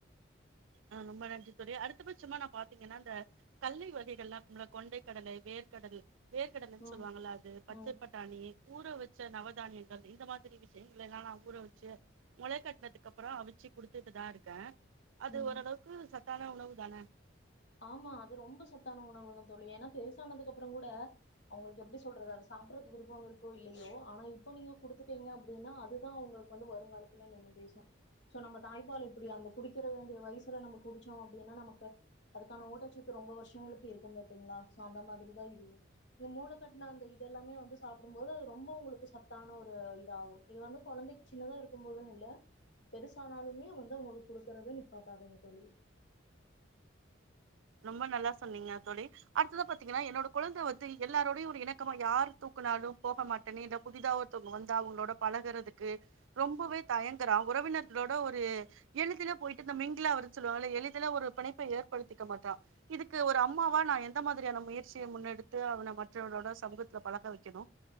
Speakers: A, on the right; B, on the left.
A: ஹ ரொம்ப நன்றி தோழி அடுத்தபட்சுமா நா பாத்தீங்கன்னா இந்த கல்லே வகைகள்ளா கொண்டை கடலை வேர்கடல் வேர்க் கடலன்னு
B: ம்
A: சொல்லுவாங்குளா அது பச்ச
B: ம்
A: பட்டாணி ஊற வெச் பச்ச நவதானிங்கள் இந்த மாதிரி விஷயங்கல்யெல்லா நா ஊற வெச்சு முளை கட்டினதுக்கு அப்புறோ அவிச்சு குடுத்துட்டுதா இருந்தே அது
B: ம்
A: ஓரளவுக்கு சத் த்தான உணவு தான
B: ஆமா அது ரொம்ப சத்தான உணவகம் தோழி ஏனா பெருஸு ஆனாதுக் அப்பறோ கூட அவங்குளுக்கு எப்டி சொல்றது அது சாப்பறதுக்கு விருப்பம் இருக்கோ இல்லையோ ஆனா இப்ப நீங்க குடுத்துட்டீங்க அப்பிடின்னா அதுதா அவுங்களுக்கு வந்து வருங்காலத்துல நின்னு பேசும் சோ நம்ம தாய்ப்பால் இப்டி அந்த குடிக்கிற வேண்டிய வயிசுல நம்ம குடிச்சோ அப்டின்னா நமக்கு அதுக்கான ஊட்டச்சத்து ரொம்ப வருஷ்ஷங்குளுக்கு இருக்கும் பாத்தீங்குளா சோ அந்த மாதிரிதா இதுவும் இந் மூளக் கட்டுன்ன அந்த இத எல்லாமே வந்து சாப்புடும்போது அது ரொம்ப உங்குளுக்கு சத்தான ஒரு இதாகும் இது வந்து கொழந்திக்கு சின்னதா இருக்கும்போதுன்னுயில்ல பெருசானாலுமே வந்து அவுங்களுக்கு குடுக்குறது நிப்பாட்டாதிங்க தோழி
A: ரொம்ப நல்லா சொன்னீங்க தோழி அடுத்ததா பாத்தீங்கன்னா என்னோட கொழந்த வந்து எல்லாரோடையும் ஒரு இணக்கமா யாரு தூக்குனாலும் போக மாட்டேன்னு இல் புதிதாக ஒருத்தவங்க வந்து அவுங்களோட பழகுறதுக்கு ரொம்பவே தயங்கறா உறவினர்களோட ஒரு எளிதுல போயிட்டு இந்த மிங்கலா ஆவற்துனு சொல்லுவாங்கல்ல எளிதுலா ஒரு பிணப்பை ஏற்படுத்தி இருக்க மாட்டான் இதுக்கு ஒரு அம்மாவா நான் எந்த மாதிரியான முயற்சிய முன்னெடுத்து அவன மற்றவனோட சமுகத்துல பழக வைக்கணு